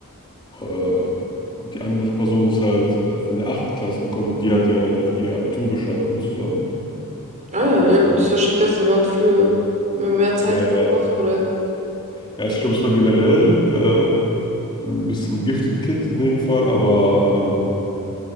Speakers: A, on the left; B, on the right.
A: Äh, und die andere Person ist halt äh, von der achten Klasse gekommen und die hat ja dann auch ihr Abitur bestanden zusammen.
B: Ah ja,
A: Und
B: ja gut, ist wahrscheinlich besser, wenn man früher, wenn man mehr Zeit
A: ja, ja,
B: hat, sich vorzubereiten.
A: ja, ich glaube, es war generell äh, ein bisschen Gifted Kid in dem Fall, aber ähm,